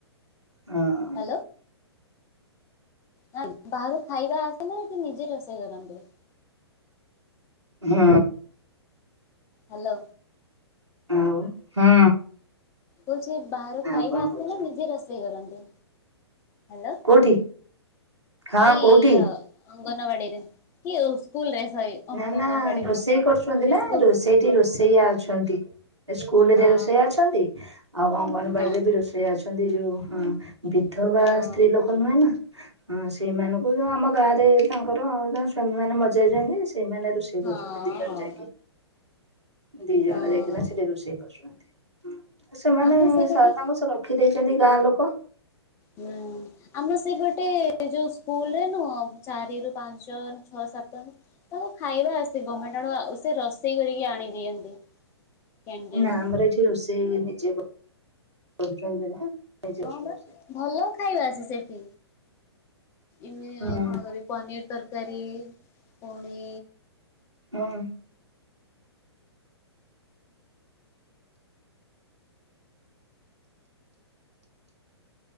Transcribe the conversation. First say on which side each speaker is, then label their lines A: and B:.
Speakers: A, on the right; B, on the left.
A: ହଁ।
B: ହ୍ୟାଲୋ। ନାଇ ବାହାରୁ ଖାଇବା ଆସେ ନା ଏଠି ନିଜେ ରୋଷେଇ କରନ୍ତି।
A: ହୁଁ।
B: ହ୍ୟାଲୋ।
A: ଆଉ ହୁଁ।
B: କହୁଛି ବାହାରୁ
A: ଆଉ
B: ଖାଇବା
A: କଣ
B: ଆସେ
A: କହୁଛ
B: ନା ନିଜେ ରୋଷେଇ କରନ୍ତି? ହ୍ୟାଲୋ
A: କୋଉଠି? ହଁ
B: ଏଇ
A: କୋଉଠି?
B: ଇଅ ଅଙ୍ଗନବାଡ଼ିରେ କିଓ ସ୍କୁଲରେ ସରି। ଅଙ୍ଗନବାଡି
A: ନା ନା ରୋଷେଇ
B: କହୁଛି।
A: କରୁଛନ୍ତି
B: ସେ
A: ନା
B: ସ୍କୁଲ
A: ରୋଷେଇଟି ରୋଷେଇଆ ଅଛନ୍ତି। ସ୍କୁଲରେ
B: ଓହୋ
A: ରୋଷେଇଆ ଅଛନ୍ତି ଆଉ ଅଙ୍ଗନବାଡିରେ
B: ହଁ
A: ବି ରୋଷେଆ ଅଛନ୍ତି ଯୋଉ ହଁ ବି ବିଧବା
B: ହଁ
A: ସ୍ତ୍ରୀ ଲୋକ ନୁହେଁ ନା ହଁ ସେଇମାନ ଉ ଜୁ ଆମ ଗାଁରେ ତାଙ୍କର ତାଙ୍କ ସ୍ଵାମୀ ମାନେ ମରିଜାଇଛନ୍ତି ସେଇମାନେ ରୋଷେଇ
B: ହଁ
A: କରୁଛନ୍ତି ଦି ଜଣ ଯାଇକି ଦି ଜଣ
B: ହଁ
A: ଯାଇକି ନା ସେଠି ରୋଷେଇ କରୁଛନ୍ତି। ସେମାନେ
B: ଆମ ସେଇପଟେ
A: ଶା ତାଙ୍କୁ ସେ ରଖି ଦେଇେଇଛନ୍ତି ଗାଁ ଲୋକ।
B: ହୁଁ ଆମର ସେ ଗୋଟେ ଯୋଉ ସ୍କୁଲରେ ନୁହଁ ଆଉ ଚାରି ରୁ ପାଞ୍ଚ ଛଅ ସାତ ତାଙ୍କୁ ଖାଇବା ଆସେ ଗମେଣ୍ଟ ତେଣୁ ଆଉ ସେ ରୋଷେଇ କରିକି ଆଣି ଦିଅନ୍ତି। କ୍ୟାଣ୍ଟିନରୁ।
A: ନା ଆମର ଏଠି ରୋଷେଇ ନିଜେ କରୁଛନ୍ତି ନା। ନିଜେ
B: ହଁ
A: କରୁଛନ୍ତି
B: ବା
A: ରୋଷେଇ।
B: ଭଲ ଖାଇବା ଆସ ସେଠି ଇମିନୀ
A: ହୁଁ
B: କଣ କରିବି ପନିର୍ ତରକାରୀ ପୁଣି
A: ହଁ।